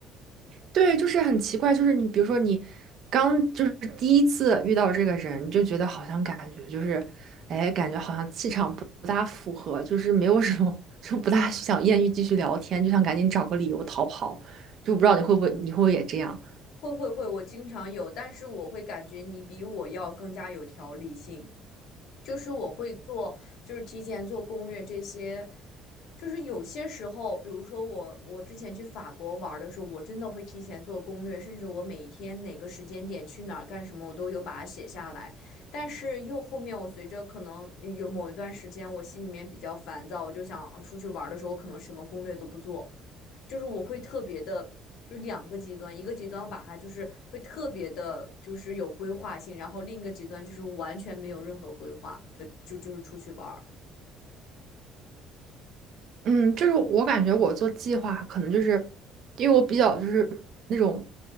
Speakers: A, on the right; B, on the left.
A: 对，就是很奇怪，就是你比如说你刚就是第一次遇到这个人，你就觉得好像感觉就是，哎，感觉好像气场不不大符合，就是没有什么，就不大想艳遇继续聊天，就想赶紧找个理由逃跑，就不知道你会不会你会不会也这样。
B: 会会会，我经常有，但是我会感觉你比我要更加有条理性，就是我会做。就是提前做攻略这些，就是有些时候，比如说我，我之前去法国玩儿的时候，我真的会提前做攻略，甚至我每天哪个时间点去哪儿干什么，我都有把它写下来。但是又后面，我随着可能有某一段时间，我心里面比较烦躁，我就想嗯出去玩儿的时候，我可能什么攻略都不做，就是我会特别的，就两个极端，一个极端我把它就是会特别的，就是有规划性，然后另一个极端就是完全没有任何规划的，就就是出去玩儿。
A: 嗯，就是我感觉我做计划，可能就是因为我比较就是那种，